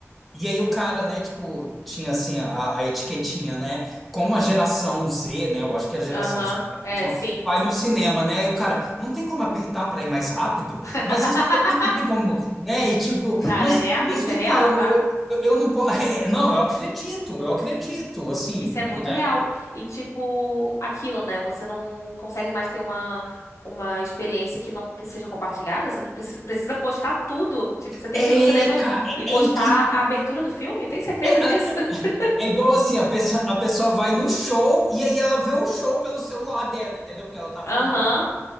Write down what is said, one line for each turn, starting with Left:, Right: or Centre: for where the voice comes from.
Centre: E aí o cara, né, tipo, tinha assim a, a etiquetinha, né? Como a geração Z, né? Eu acho que a geração
Left: aham.
Centre: Z é a
Left: É,
Centre: última,
Left: sim.
Centre: vai no cinema, né? E o cara, não tem como apertar para ir mais rápido,
Left: <laughs>
Centre: mas isso aqui não tem como, né? E tipo,
Left: Cara,
Centre: mas,
Left: é real,
Centre: mas
Left: isso
Centre: vem
Left: é real,
Centre: cá, eu,
Left: tá?
Centre: eu, eu, eu não posso. <laughs> É, não, eu acredito, eu acredito, assim,
Left: Isso é muito
Centre: né?
Left: real. E, tipo, aquilo, né? Você não consegue mais ter uma, uma experiência que não te- seja compartilhada. Você não preci- precisa postar tudo. Tipo, você tem
Centre: É,
Left: que ir no cinema
Centre: cara,
Left: e postar
Centre: é, é incrível.
Left: a abertura do filme. Tem certeza
Centre: É,
Left: disso? <laughs>
Centre: É igual assim, a pessoa, a pessoa vai no show e aí ela vê o show pelo celular dela, entendeu? Porque ela tá
Left: Aham.
Centre: filmando.